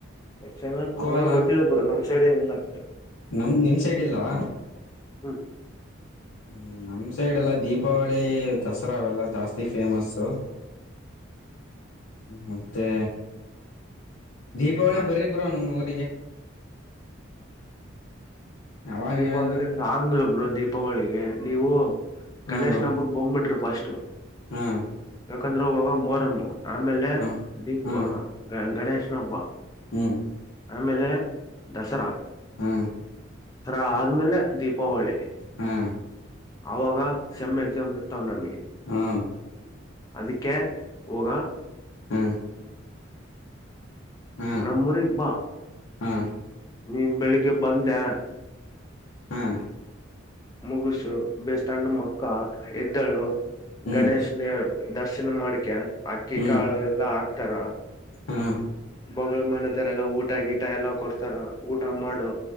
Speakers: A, on the left (about 20°); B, on the left (about 80°).
A: ಯಕ್ಷಗಾನ
B: ಕೋಲ
A: ಗೊತ್ತಿದೆ ಬ್ರೋ ನಮ್ ಸೈಡ್ ಏನಿಲ್ಲ ಅಷ್ಟೆ
B: ನಮ್ ನಿಮ್ ಸೈಡ್ ಇಲ್ವಾ
A: ಹ್ಮ್.
B: ಹ್ ನಮ್ಮ ಸೈಡೆಲ್ಲ ದೀಪಾವಳಿ ದಸರಾ ಅವೆಲ್ಲ ಜಾಸ್ತಿ ಫೇಮಸ್ಸು. ಮತ್ತೆ ದೀಪಾವಳಿ
A: ದೀಪಾವಳಿಗ
B: ಬರ್ರಿ ಬ್ರೋ ನಮ್ ಊರಿಗೆ ಯಾವಾಗ
A: ದೀಪಾವಳಿ
B: ಹೇಳದು
A: ಆಗ್ಲ ಬ್ರೋ ದೀಪಾವಳಿಗೆ ನೀವು
B: ಹಾ
A: ಗಣೇಶನ
B: ಬ್ರೋ
A: ಹಬ್ಬಕ್ ಬಂಬ್ಬಿಟ್ರಿ ಫಸ್ಟು
B: ಹಾ
A: ಯಾಕ್ ಯಾಕಂದ್ರೆ ಅವಾಗ ಮೋರಮ್ಮು ಆಮೇಲೆ
B: ಹಾ
A: ದೀಪ
B: ಹಾ
A: ಗಣೇಶ್. ಬ್ಬ
B: ಹ್ಮ್
A: ಆಮೇಲೆ ದಸರಾ
B: ಹಾ
A: ದರಾ ಆದ್ಮೇಲೆ ದೀಪಾವಳಿ.
B: ಹಾ
A: ಅವಾಗ ಸೆಮ್ ಎಕ್ಸಾಮ್ ಇರ್ತಾವ್ ನಮಗೆ.
B: ಹಾ
A: ಅದಕ್ಕೆ ಹೋಗ
B: ಹಾ ಹಾ
A: ನಮ್ಮೂರಿಗ್ ಬಾ
B: ಹಾ
A: ನೀನ್ ಬೆಳಿಗ್ಗೆ ಬಂದೆ
B: ಹಾ
A: ಮುಗುಸು ಬಿಸ ಸಣ್ಣ ಮಕ್ಕ ಎದ್ದಳು
B: ಹ್ಮ್
A: ಗಣೇಶನ ದರ್ಶನ ಮಾಡಿಕ ಅಕ್ಕಿ
B: ಹ್ಮ್
A: ಕಾಳು ಎಲ್ಲಾ ಹಾಕ್ತಾರ.
B: ಹಾ
A: ಬಗಳ ಮನದರೆ ಎಲ್ಲ ಊಟ ಗೀಟ ಎಲ್ಲ ಕೊಡ್ತಾರ ಊಟ ಮಾಡು